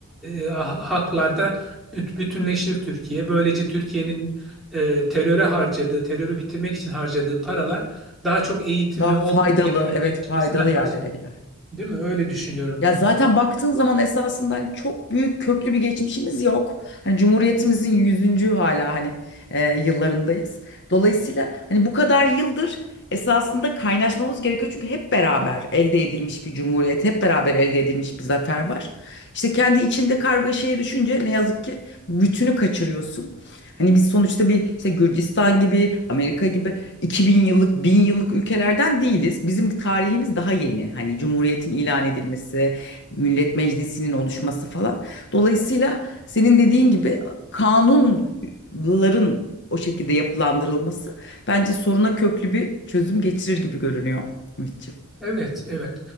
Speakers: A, in the centre; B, on the left.
A: e, e, ha- haklarda büt- bütünleşir Türkiye. Böylece Türkiye'nin e, teröre harcadığı, terörü bitirmek için harcadığı paralar daha çok eğitime,
B: Daha faydalı,
A: o bölgelerin
B: evet
A: gelişmesine
B: faydalı
A: harcanır.
B: yerlere gider.
A: Değil mi? Öyle düşünüyorum
B: Ya
A: ben.
B: zaten baktığın zaman esasında hani çok büyük köklü bir geçmişimiz yok. Hani Cumhuriyetimizin yüzüncü hala hani e, yıllarındayız. Dolayısıyla hani bu kadar yıldır esasında kaynaşmamız gerekiyor. Çünkü hep beraber elde edilmiş bir cumhuriyet, hep beraber elde edilmiş bir zafer var. İşte kendi içinde kargaşaya düşünce ne yazık ki bütünü kaçırıyorsun. Hani biz sonuçta bir işte Gürcistan gibi, Amerika gibi 2000 yıllık, 1000 yıllık ülkelerden değiliz. Bizim tarihimiz daha yeni. Hani Cumhuriyet'in ilan edilmesi, Millet Meclisi'nin oluşması falan. Dolayısıyla senin dediğin gibi kanunların o şekilde yapılandırılması bence soruna köklü bir çözüm getirir gibi görünüyor Ümitçiğim.
A: Evet, evet.